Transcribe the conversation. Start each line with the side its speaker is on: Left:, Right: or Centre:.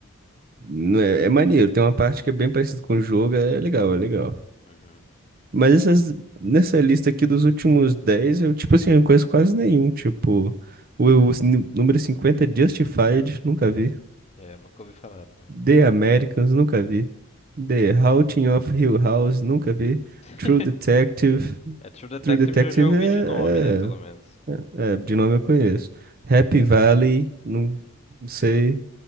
Right: não é, é maneiro, tem uma parte que é bem parecida com o jogo, é legal, é legal.
Left: Uhum.
Right: Mas essas, nessa lista aqui dos últimos 10, eu, tipo assim, eu não conheço quase nenhum, tipo, o, o número 50, Justified, nunca vi.
Left: É, eu nunca ouvi falar também.
Right: The Americans, nunca vi. The Haunting of Hill House, nunca vi.
Left: <laughs>
Right: True Detective.
Left: É, True Detective
Right: True Detective
Left: eu já ouvi
Right: é,
Left: de nome, né? Pelo menos.
Right: é, é- é, de nome eu conheço. Happy Valley, não, não sei.